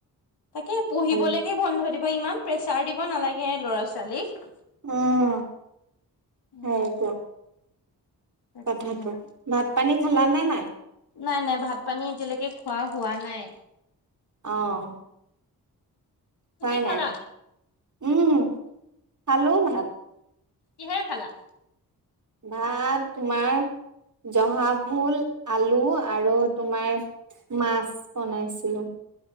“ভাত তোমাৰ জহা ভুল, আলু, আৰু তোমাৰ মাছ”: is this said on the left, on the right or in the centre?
Right